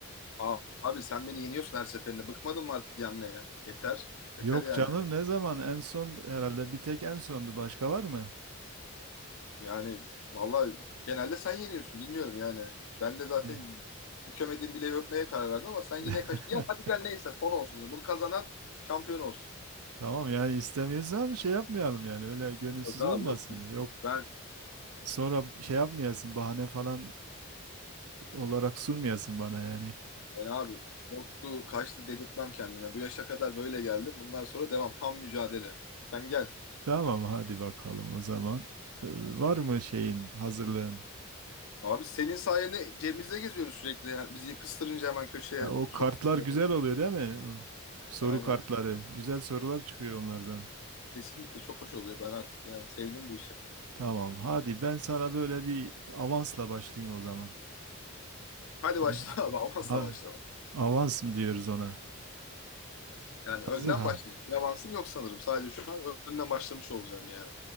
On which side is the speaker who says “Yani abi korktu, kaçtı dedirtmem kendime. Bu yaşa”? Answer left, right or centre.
Left